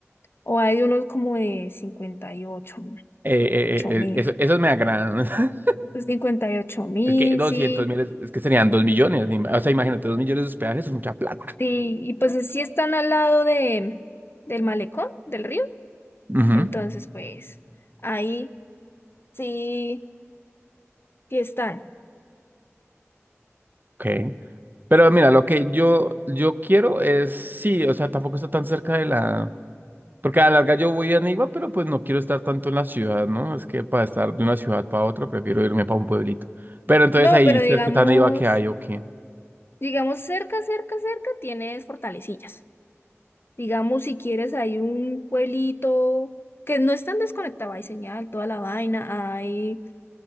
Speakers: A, on the left; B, on the right.
A: o hay unos como de cincuenta y ocho
B: Eh, eh,
A: mil.
B: eh, eso, esos me agradan. <laughs>
A: Pues cincuenta y ocho mil,
B: Es que doscientos
A: sí.
B: mil, es, es que serían 2 millones. im- O sea, imagínate, 2 millones de hospedajes es mucha plata.
A: Sí, y pues sí están al lado de, del malecón, del río.
B: Ujú,
A: Entonces, pues ahí sí, sí están.
B: ok. Pero mira, lo que yo, yo quiero es, sí, o sea, tampoco está tan cerca de la... Porque a la larga yo voy a Neiva, pero pues no quiero estar tanto en la ciudad, ¿no? Es que para estar de una ciudad para otra, prefiero irme para un pueblito. Pero entonces
A: No,
B: ahí
A: pero
B: cerca
A: digamos,
B: de Neiva que hay, ok.
A: digamos cerca, cerca, cerca tienes Fortalecillas. Digamos, si quieres, hay un pueblito que no es tan desconectado, hay señal, toda la vaina, hay